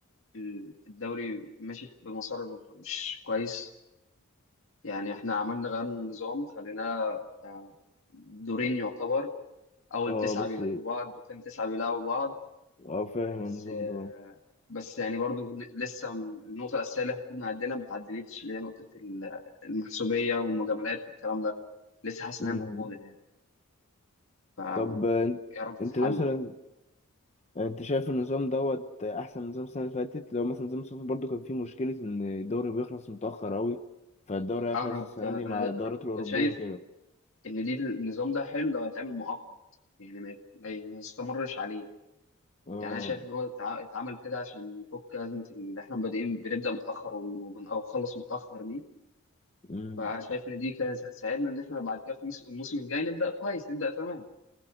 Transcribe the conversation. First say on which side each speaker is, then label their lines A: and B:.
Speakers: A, on the left (about 60°); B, on the left (about 30°).
A: ال- الدوري ماشي بمسار مش كويس يعني احنا عملنا غير النظام خلينا آه، دورين يعتبر اول
B: اه
A: تسعه
B: بس
A: بيلعبوا بعض وثاني تسعه بيلعبوا بعض
B: اه فاهم
A: بس
B: النظام
A: آه،
B: ده
A: بس يعني برضو لسه النقطة الأساسية اللي المفروض نعدلها ما اتعدلتش اللي هي نقطة ال- المحسوبية والمجاملات والكلام ده لسه حاسس
B: مم.
A: إنها موجودة يعني ف
B: طب آه، انت
A: يا رب تتحل
B: أنت مثلا انت شايف النظام دوت احسن من نظام السنة اللي فاتت لو مثلا نظام الصيف برضو كان فيه مشكلة ان الدوري بيخلص متأخر اوي فالدوري هيخلص
A: أه، أنا
B: السنة
A: كنت- أنا
B: دي مع الدورات
A: أنا كنت
B: الأوروبية
A: شايف
B: كده
A: إن دي النظام ده حلو لو هيتعمل مؤقت يعني ما ما ما يستمرش عليه
B: اه
A: يعني أنا شايف إن هو اتع- اتعمل كده عشان يفك أزمة اللي إحنا بادئين بنبدأ متأخر وبن- أو بنخلص متأخر دي
B: مم.
A: فشايف إن دي كانت هتساعدنا إن إحنا بعد كده في الموسم الموسم الجاي نبدأ كويس نبدأ تمام